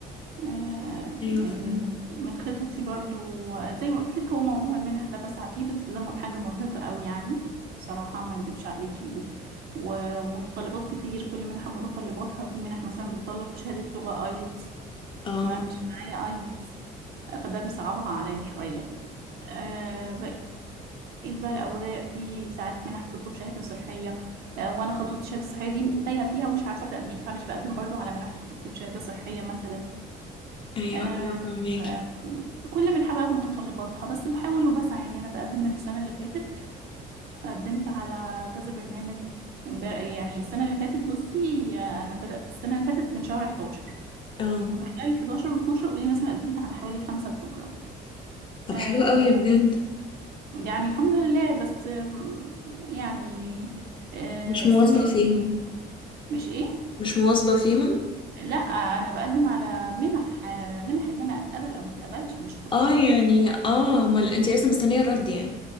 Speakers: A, on the right (about 65°); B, on the left (about 30°).
A: آه،
B: ايوه
A: من
B: فعلا
A: من من خططي برضو آه، زي ما قلت لك هو موضوع المنح ده بسعى فيه بس ده م- حاجه مرهقه قوي يعني بصراحه ما اكدبش عليكي و- و- ومتطلبات كتير كل منحه متطلباتها في منح مثلا بتطلب شهاده لغه ايلتس
B: اه
A: وانا مش معايا ايلتس فده بيصعبها عليا شوية آه، بقيت بقى الأوراق في ساعات منح بتطلب شهادة صحية آه، وأنا خطوة الشهادة الصحية دي تايهة فيها ومش عارفة أبدأ منين فمش بقدم برضو على منح اللي بتطلب شهادة صحية مثلا
B: ايوه
A: آه،
B: ايوه فهماكي
A: آه، كل منحة بقى بمتطلباتها بس بحاول وبسعى يعني أنا بقدم من السنة اللي فاتت قدمت على كذا برنامج امبار- يعني السنة اللي فاتت بصي آه، أنا بدأت السنة اللي فاتت من شهر 11
B: اه
A: ففي خلال 11 و 12 قولي مثلا قدمت على حوالي خمسة بروجرام
B: طب
A: آه،
B: حلو قوي يا بجد
A: يعني الحمد لله بس آم، يعني آه،
B: مش مواظبه
A: السنة دي-
B: فيهم
A: مش ايه
B: مش مواظبه فيهم
A: لا انا بقدم على منح آه، منح ان انا اتقبل او ما اتقبلش مش كورسات
B: اه يعني اه ما انت لسه مستنيه الرد يعني